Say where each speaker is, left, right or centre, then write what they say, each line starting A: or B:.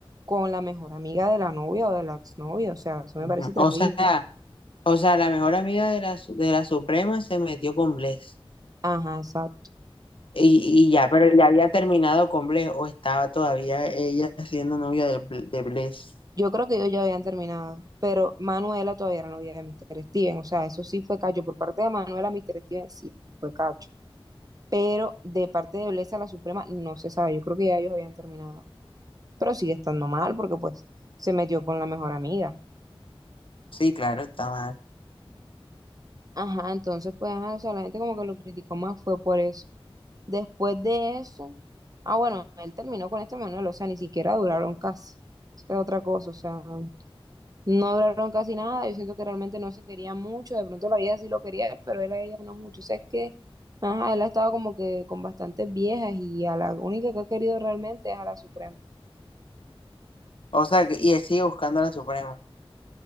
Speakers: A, on the right; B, on the left.
A: con la mejor amiga de la novia o de la exnovia. O sea, eso
B: ujú.
A: me parece
B: O
A: terrible.
B: sea, o sea, la mejor amiga de la, su- de la Suprema se metió con Bless.
A: Ajá, exacto.
B: Y, y ya, pero ya había terminado con Bless o estaba todavía ella siendo novia de, Bl- de Bless.
A: Yo creo que ellos ya habían terminado, pero Manuela todavía era novia de Mr. Steven, o sea, eso sí fue cacho. Por parte de Manuela, Mr. Steven sí fue cacho, pero de parte de Blesa la Suprema no se sabe, yo creo que ya ellos habían terminado, pero sigue estando mal porque pues se metió con la mejor amiga.
B: Sí, claro, estaba.
A: Ajá, entonces pues, ajá, o sea, la gente como que lo criticó más fue por eso. Después de eso, ah, bueno, él terminó con este Manuel, o sea, ni siquiera duraron casi. esta es otra cosa, o sea, No hablaron casi nada, yo siento que realmente no se quería mucho, de pronto la vida sí lo quería, pero él a ella no mucho, o sea, es que, ajá, él ha estado como que con bastantes viejas y a la única que ha querido realmente es a la Suprema.
B: O sea, que- y él sigue buscando a la Suprema.